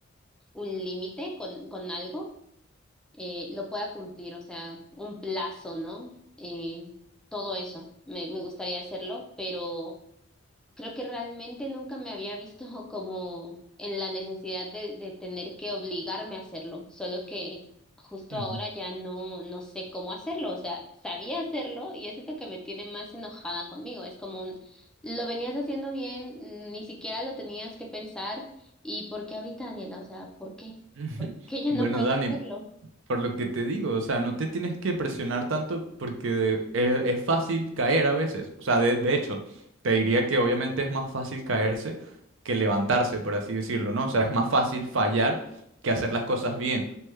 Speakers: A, in the centre; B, on the right.
A: un límite con, con algo, eh, lo pueda cumplir, o sea, un plazo, ¿no? Eh, todo eso, me, me gustaría hacerlo, pero Creo que realmente nunca me había visto <laughs> como en la necesidad de, de tener que obligarme a hacerlo, solo que justo
B: Ujú.
A: ahora ya no, no sé cómo hacerlo, o sea, sabía hacerlo y eso es lo que me tiene más enojada conmigo, es como un, lo venías haciendo bien, ni siquiera lo tenías que pensar, ¿y por qué ahorita, Daniela? O sea, ¿por qué?
B: <laughs>
A: <laughs> Que ya
B: Bueno,
A: no puedes
B: Dani,
A: hacerlo.
B: por lo que te digo, o sea, no te tienes que presionar tanto porque es, es fácil caer a veces. O sea, de, de hecho, te diría que obviamente es más fácil caerse que levantarse, por así decirlo, ¿no? O sea, es más fácil fallar que hacer las cosas bien.